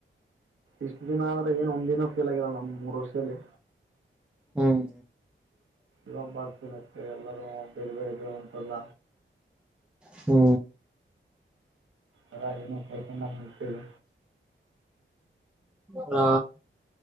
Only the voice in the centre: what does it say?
ಹ್ಮ್.
ಹ್ಮ.
ಹ.